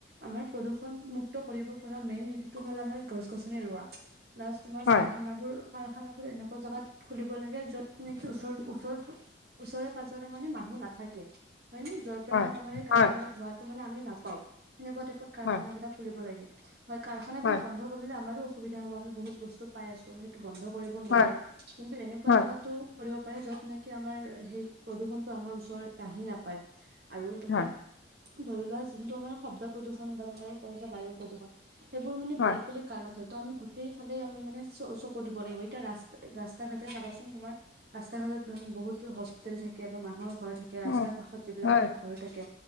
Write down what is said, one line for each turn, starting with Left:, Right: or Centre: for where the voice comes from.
Right: আমাৰ প্ৰদূষণ মুুক্ত কৰিব পৰা মেইন হেটটো হ'ল আমাৰ গছ গছনি ৰোৱা। প্লা তোমাৰ
Left: হয়
Right: কাৰখানা বোৰ কাৰখানা বোৰ এনেকুৱা জোগাত খুলিব লাগে যত নেকি ওচৰ ওচৰ ওচৰে পাজৰে মানে মানুহ নাথাকে হয় নে য পোৱা
Left: হয়
Right: মানে আমাৰ এই কাৰখানা
Left: হয়
Right: ধোৱাটো মানে আমি নাপাওঁ সেনেকুৱা টাইপত কাৰখানা
Left: হয়
Right: বিলাক খুলিব লাগে হয় কাৰখানা বিলাক
Left: হয়
Right: বন্ধ কৰিলে আমাৰো অসুবিধা হ'ব আমি বহুত বস্তু পাই আছো সেইটো বন্ধ কৰিব নোৱাৰে
Left: হয়
Right: কিন্তু এনেকুৱা
Left: হয়
Right: জোগাতো কৰিবব পাৰে যত নেকি আমাৰ সেই প্ৰদূষণতটো আমাৰ ওচৰৰ আহি নাপায় আৰু তোমাৰ
Left: হয়
Right: ধৰি লোৱা যোনটো আমাৰ শব্দ প্ৰদূষণ বা তোমাৰ কৈছ বায়ু প্ৰদূষণ সেইবোৰ মানে
Left: হয়
Right: বেলেগ বেলেগ কাৰণত হয় তো আমি গোটেই ফালে আমি মানে চ চকু দিব লাগিব এতিয়া ৰাস্ত ৰাস্তা ঘাটে চাবাচোন তোমাৰ ৰাস্তা ঘাটত বহুতো হস্পিতেল থাকে বা মানুহৰ ঘৰ থাকে
Left: উম
Right: ৰাস্তাৰ কাষত যিবিলাকৰ
Left: হয়
Right: ঘৰ থাকে